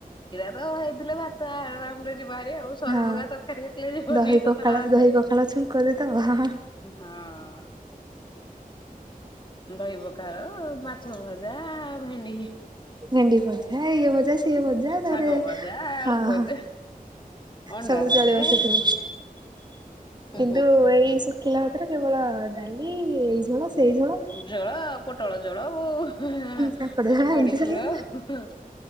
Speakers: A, on the left (about 30°); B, on the right (about 30°).
A: ଏତକ ହେଇଥିଲେ ଭାତ ଆରାମରେ ଯିବ ଭାରି ଆଉ। ଶହେ
B: ହଁ
A: ପ୍ରକାର ତରକାରି ହେଇଥିଲେ ବି ଯିବନି
B: ଦହି
A: ତତଲା
B: ପଖାଳ
A: ଭାତ
B: ଦହି
A: ରେ।
B: ପଖାଳ ଛୁଙ୍କ ଦେଇଦବ ହଁ
A: ହଁ। ଦହି ପଖାଳ ଆଉ ମା ମାଛ ଭଜା ଭେଣ୍ଡି
B: ଭେଣ୍ଡି ଭଜା ଇଏ ଭଜା ସିଏ ଭଜା ତାପରେ
A: ଶାଗ, ଭଜା, ଆଳୁ
B: ହଁ
A: ଭଜା,
B: ହଁ
A: ଅଣ୍ଡା
B: ସବୁ
A: ଭଜା।
B: ଚଳିବ ସେଥିରେ
A: ଉଁ
B: କିନ୍ତୁ ଏଇ ଶୁଖିଲା ଭାତରେ କେବଳ ଡାଲି ଏଇ ଝୋଳ ସେଇ ଝୋଳ।
A: ଝୋଳ ପୋଟଳ ଝୋଳ ଓ ହୁଁ ହୁଁ
B: କାଙ୍କଡ
A: ହୁଁ
B: ଝୋଳ
A: ବଡି
B: ଏମିତି ସରିଲା
A: ଝୋଳ ହୁଁ।